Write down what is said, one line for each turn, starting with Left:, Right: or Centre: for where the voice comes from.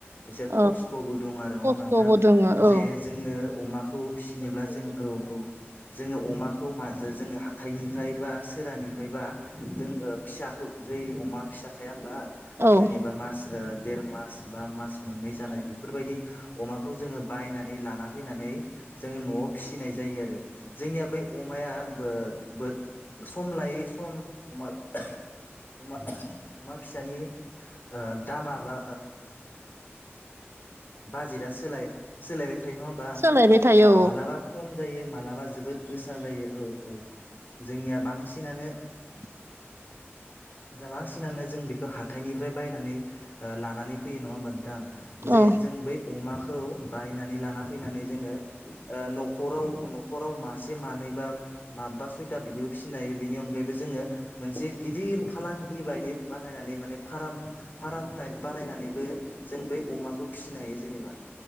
Left: एसे
Right: औ
Left: खस्थ'बो दं आरो नङा
Right: खस्थ'बो
Left: होमबा नोंथां
Right: दोङो
Left: जे
Right: औ
Left: जोङो अमाखौ फिसिनोब्ला जोंङो औ औ जोङो अमाखौ मा जो जोङो हाथायनिफ्राय बा सोरानिफ्रायबा जों ओ फिसाखौ जै अमा फिसा थाया होमबा
Right: औ ओं
Left: जेनेबा मास ओ देर मा स बा मास मोननै जानाय बेफोरबायदि अमाखौ जोंङो बयनानै लाना फैनानै जोङो न'आव फिसिनाय जायो। आरो जोंनिया बै अमाया बो बो सम लायै सम अमा आह अमा ओह अमा फिसानि ओ दामा बा बाजेटआ सोलाय सोलायबाय थायो नङा होमबा
Right: सोलायबाय थायो
Left: मालाबा खम जायो। मालाबा जोबोद गोसा जायो औ औ जोंनिया बांसिनानो
Right: <inaudible>
Left: बांसिनानो जों बेखौ हाथाइनिफ्राय बायनानै ओ लानानै फैयो नङा होमबा नोंथां।
Right: औ
Left: जे जों बै अमाखौ बायनानै ला फैनानै जोङो' ओ नखराव नखराव मासे मा नानैबा माबा सयथा बिदिबो फिनो हायो बेनि अनगायैबो जोंङो मोनसे गिदार फालांगि बा दि बानायनानै माने पाराम थाएफ बायनानैबो जों बै अमाखौ फिसिनो हायो जेनेबा